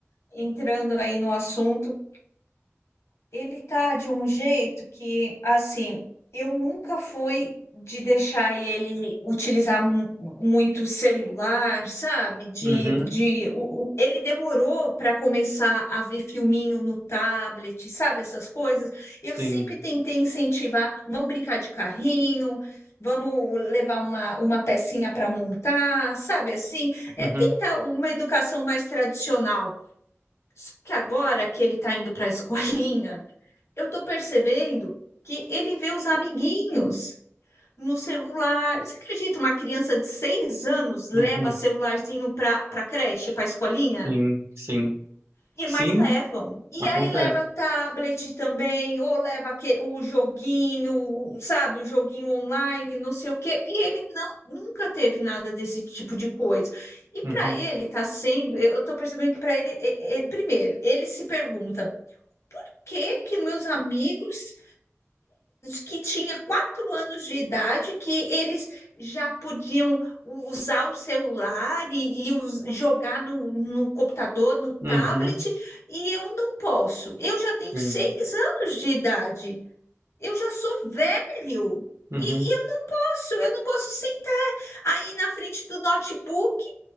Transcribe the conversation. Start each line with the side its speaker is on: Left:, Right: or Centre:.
Left: entrando aí no assunto, Ele tá de um jeito que, assim, eu nunca fui de deixar ele utilizar mu- muito celular, sabe? De,
Right: Uhum,
Left: de o, o- ele demorou para começar a ver filminho no tablet, sabe? Essas coisas. Eu
Right: sim.
Left: sempre tentei incentivar, vamos brincar de carrinho, vamos levar uma, uma pecinha para montar, sabe? Assim, é
Right: Uhum,
Left: tentar uma educação mais tradicional. Só que agora que ele está indo para a <laughs> escolinha eu estou percebendo que ele vê os amiguinhos no celular. Você acredita? Uma criança de seis anos leva
Right: uhum,
Left: celularzinho para para creche, para escolinha?
Right: sim, sim.
Left: E
Right: Sim,
Left: mais levam. E
Right: acontece.
Left: aí leva tablet também, ou leva que, o joguinho, sabe, o joguinho online, não sei o quê. E ele não nunca teve nada desse tipo de coisa. E
Right: Uhum,
Left: para ele está sendo, eu estou percebendo que para ele, é- é- primeiro, ele se pergunta: que que meus amigos que tinha quatro anos de idade que eles já podiam usar o celular e, e us- jogar no, no computador, no
Right: uhum,
Left: tablet, e eu não posso. Eu já tenho
Right: sim.
Left: seis anos de idade, eu já sou velho.
Right: Uhum,
Left: E, e eu, nossa, eu não posso sentar aí na frente do notebook